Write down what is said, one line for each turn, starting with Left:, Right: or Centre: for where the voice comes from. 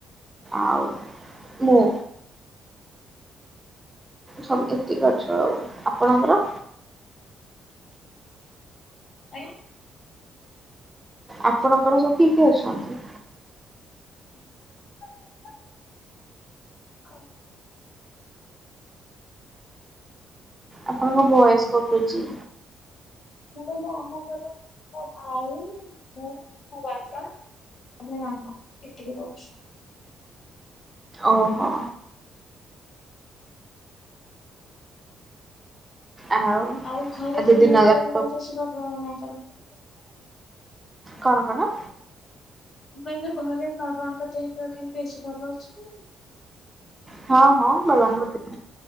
Right: ଆଉ ମୁଁ। ସ ଏତିକି ଅଛୁ ଆଉ ଆପଣଙ୍କର?
Left: ଆଜ୍ଞା।
Right: ଆପଣଙ୍କର ସବୁ କିଏ କିଏ ଅଛନ୍ତି?
Left: <inaudible> <unintelligible>
Right: ଆପଣଙ୍କ ଭଏସ୍ କଟୁଚି।
Left: ମୁଁ କହିଲି ଆମ ଘରେ ମୋ ଭାଇ ମୁଁ ମୋ ବାପା ଆଉ ମୋ ମାମା ଏତିକି ରହୁଛୁ।
Right: ଓହୋ। ଆଉ
Left: ଆଉ ଘରେ
Right: ଆଜି
Left: ତେଣ
Right: ଦିନ
Left: <unintelligible>
Right: ଯାକ
Left: ଯେମିତି ସେବା ଆଙ୍କର
Right: କଣ କଣ?
Left: ମୁଁ କହିଲି ଘରେ ବାବାଙ୍କ ଦେହ ପେହ କେମିତି ଅଛି ଭଲ ଅଛିନା?
Right: ହଁ ହଁ ବାବାଙ୍କ ଦେ